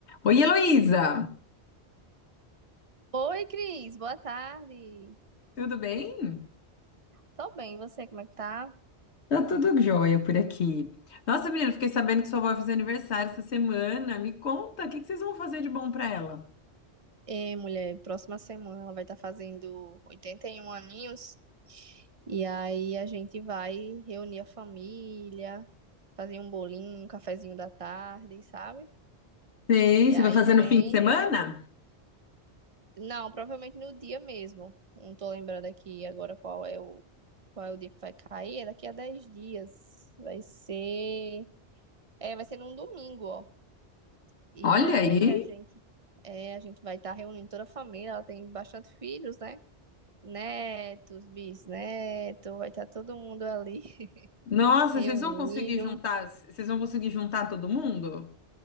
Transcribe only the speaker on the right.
Oi, Cris, boa tarde.
Tô bem, e você, como é que tá?
É, mulher, próxima semana ela vai estar fazendo 81 aninhos. E aí a gente vai reunir a família, fazer um bolinho, um cafezinho da tarde, sabe?
E
aí
Uhum. vem.
Não, provavelmente no dia mesmo. Não tô lembrando aqui agora qual é o, qual é o dia que vai cair. É daqui a 10 dias. Vai ser. É, vai ser num domingo, ó. E
aí
a gente, é, a gente vai estar reunindo toda a família. Ela tem bastante filhos, né? Netos, bisnetos, vai estar todo mundo ali <laughs>
reunido.